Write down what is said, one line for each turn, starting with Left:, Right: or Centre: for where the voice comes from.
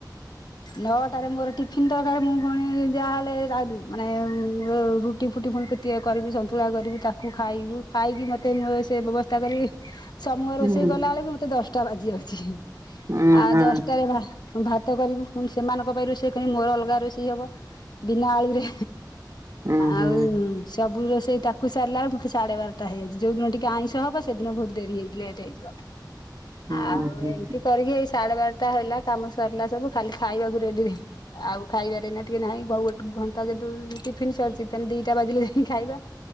Left: ନ ଟାରେ ମୋର ଟିଫିନ୍ ଦରକାର ମୁଁ ପୁଣି ଯାହାହେଲେ ମାନେ ରୁ ରୁଟି ଫୁଟି ପୁଣି କେତେକ କରିବି ସନ୍ତୁଳା କରିବି ତାକୁ ଖାଇବୁ ଖାଇକି ମତେ ମୁଁ ସେ ବ୍ୟବସ୍ଥା କରିକି ସମୂହ ରୋଷେଇ
Right: ହୁଁ।
Left: କଲା ବେଳକୁ ମତେ ଦଶଟା ବାଜି ଯାଉଛି
Right: ହୁଁ
Left: ଆଉ
Right: ହଁ
Left: ଦଶଟାରେ ଭାତ କରିବୁ ପୁଣି ସେମାନଙ୍କ ପାଇଁ ରୋଷେଇ କରିବି ମୋର ଅଲଗା ରୋଷେଇ ହବ ବିନା ଆଳୁରେ।
Right: ହୁଁ ହୁଁ
Left: ଆଉଁ ସବୁ ରୋଷେଇ ତାକୁ ସାରିଲାବେଳକୁ ମତେ ସାଢେ ବାରଟା ହେଇଯାଉଛି ଯୋଉ ଦିନ ଟିକେ ଆଇଁଷ ହବ ସେଦିନ ବହୁତ୍ ଡେରି ହେଇ ଲେଟ୍ ହେଇଯିବ।
Right: ହୁଁ
Left: ଆଉ
Right: ହୁଁ।
Left: ଏମିତି କରିକି ଏଇ ସାଢେ ବାରଟା ହେଲା କାମ ସରିଲା ସବୁ ଖାଲି ଖାଇବାକୁ ଡେରିରେ ଆଉ ଖାଇବାରେ ନା ଟିକେ ନାହିଁ ଗୋଟେ ଘଣ୍ଟା ଯଦି ଟିଫିନ୍ ସରୁଛି ତାହାଲେ ଦି ଦିଟା ବାଜିଲେ ଯାଇଁ ଖାଇବା